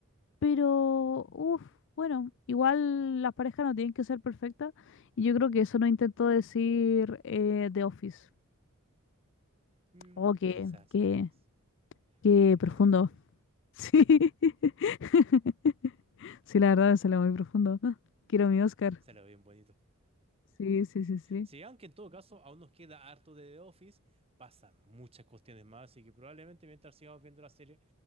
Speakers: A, on the left; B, on the right.
A: pero, uff, bueno, igual las parejas no tienen que ser perfectas, y yo creo que eso no intentó decir eh, The Office.
B: Mm,
A: Oh, qué,
B: quizás,
A: qué,
B: quizás.
A: qué
B: Qué,
A: profundo.
B: qué profundo,
A: Sí.
B: ¿cierto?
A: <laughs> Sí, la verdad, salió muy profundo. <gasps> Ah, Quiero
B: Sí,
A: mi Oscar.
B: se lo ve bien bonito.
A: Sí, sí, sí, sí.
B: Sí, aunque en todo caso aún nos queda harto de The Office, pasan muchas cuestiones más, así que probablemente mientras sigamos viendo la serie